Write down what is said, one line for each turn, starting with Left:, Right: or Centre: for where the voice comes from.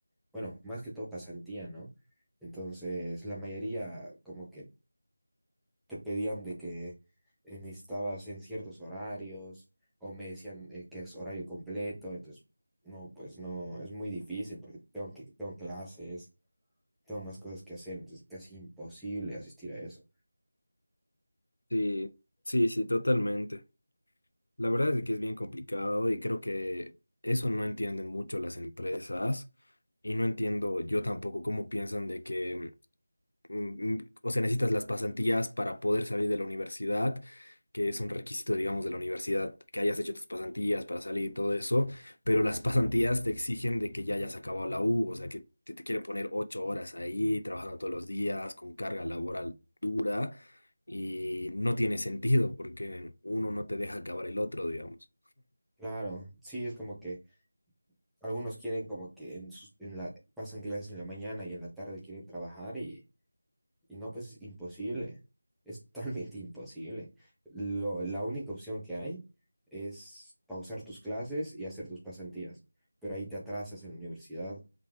Centre: bueno, más que todo pasantía, ¿no? Entonces, la mayoría como que te pedían de que eh, necesitabas en ciertos horarios o me decían eh, que es horario completo, entonces no, pues no, es muy difícil porque tengo que, tengo clases, tengo más cosas que hacer, entonces es casi imposible asistir a eso.
Left: Sí, sí, sí, totalmente. La verdad es que es bien complicado y creo que eso no entienden mucho las empresas y no entiendo yo tampoco cómo piensan de que mm, mm, o sea, necesitas las pasantías para poder salir de la universidad, que es un requisito, digamos, de la universidad, que hayas hecho tus pasantías para salir y todo eso, pero las pasantías te exigen de que ya hayas acabado la U, o sea, que te, te quieren poner ocho horas ahí, trabajando todos los días, con carga laboral dura, y no tiene sentido porque uno no te deja acabar el otro, digamos.
Centre: Claro, sí, es como que algunos quieren como que en sus, en la, pasan clases en la mañana y en la tarde quieren trabajar y Y no, pues es imposible, es totalmente imposible. Lo- la única opción que hay es pausar tus clases y hacer tus pasantías, pero ahí te atrasas en la universidad.